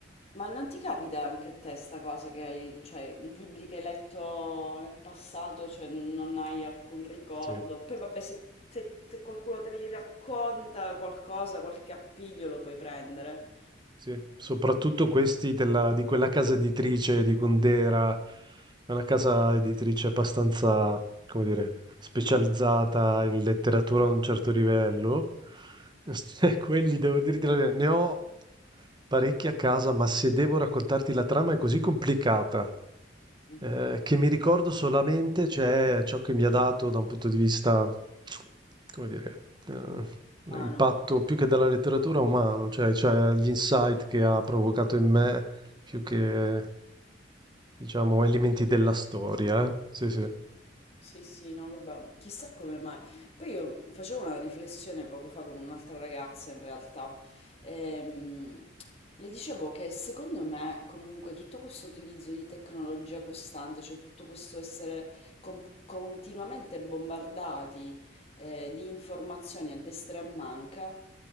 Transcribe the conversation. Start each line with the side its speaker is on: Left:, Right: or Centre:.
Left: ma non ti capita anche a te sta cosa che hai, cioè, libri che hai letto nel passato, cioè non hai alcun ricordo.
Right: Sì,
Left: Poi vabbè, se, se- se qualcuno te li racconta qualcosa, qualche appiglio lo puoi prendere.
Right: sì. Soprattutto questi della- di quella casa editrice di Kundera, è una casa editrice abbastanza, come dire, specializzata in letteratura a un certo livello. <laughs> E Quelli, devo dirti la verità, ne ho parecchi a casa, ma se devo raccontarti la trama è così complicata
Left: Mhm.
Right: Eh, che mi ricordo solamente c'è ciò che mi ha dato da un punto di vista, come dire, eh,
Left: Mano.
Right: l'impatto più che della letteratura umano, cioè, cioè gli insight che ha provocato in me, più che, diciamo, elementi della storia. eh. Sì, sì, un
Left: Sì, sì, no, vabbè, chissà come mai. Poi io facevo una riflessione poco fa con un'altra ragazza, in realtà. Ehm, le dicevo che secondo me, comunque, tutto questo utilizzo di tecnologia costante, cioè tutto questo essere com- continuamente bombardati, eh, di informazioni a destra e a manca,